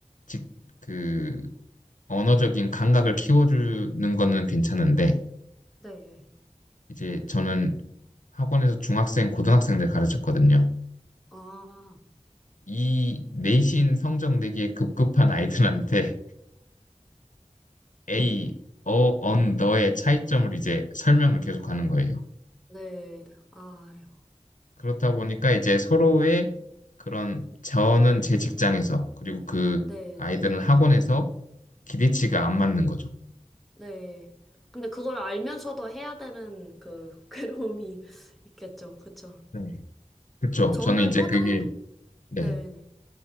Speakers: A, on the left (about 80°); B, in the centre.
A: 직, 그 언어적인 감각을 키워주는 거는 괜찮은데
B: 네.
A: 이제 저는 학원에서 중학생, 고등학생들 가르쳤거든요.
B: 아,
A: 이 내신 성적 내기에 급급한 아이들한테 A, 어, 언, 너의 차이점을 이제 설명을 계속 하는 거예요.
B: 네, 아유, 네, 아유.
A: 그렇다 보니까 이제 서로의 그런 저는 제 직장에서 그리고 그
B: 네.
A: 아이들은 학원에서 기대치가 안 맞는 거죠.
B: 네. 근데 그걸 알면서도 해야 되는 그 <laughs> 괴로움이 있겠죠. 그쵸.
A: 네. 그렇죠.
B: 저는
A: 저는 이제
B: 초등부,
A: 그게 네.
B: 네. 네.